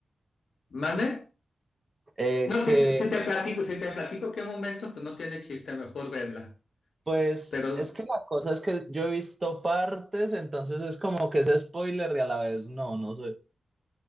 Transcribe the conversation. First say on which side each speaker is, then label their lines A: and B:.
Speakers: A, on the left; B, on the right.
A: ¿Mande?
B: Eh,
A: No,
B: que
A: si, te si te platico, si te platico qué momentos, pues no tiene chiste, mejor verla.
B: pues
A: Pero
B: es que la cosa es que yo he visto partes, entonces es como que es spoiler y a la vez no, no sé.